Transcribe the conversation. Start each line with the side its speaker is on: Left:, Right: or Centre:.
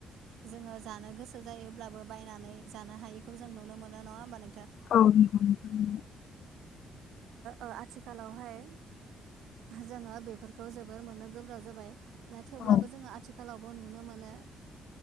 Right: जोङो जानो गोसो जायोब्लाबो बायनानै जानो हायिखौ जों नुनो मोनो नङा होमब न
Left: औ नंगौ औ नंगौ
Right: <inaudible> आथिखालावहाय जोङो बे फोरखौ जोबोर मोनो गोब्राब जाबाय ना थेवब्लाबो
Left: औ नंगौ औ
Right: जोङो आथिखालावबो नुनो मोनो